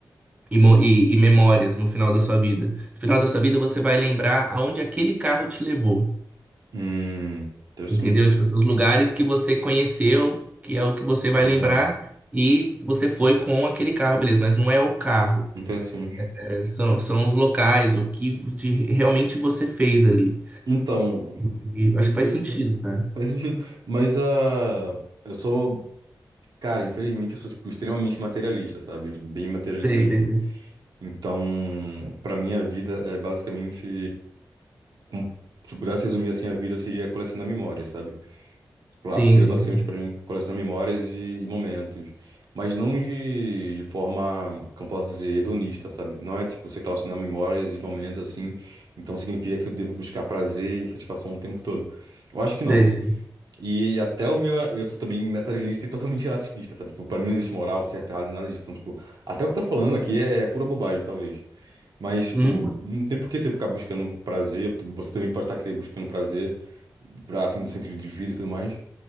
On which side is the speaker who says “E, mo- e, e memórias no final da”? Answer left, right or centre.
Right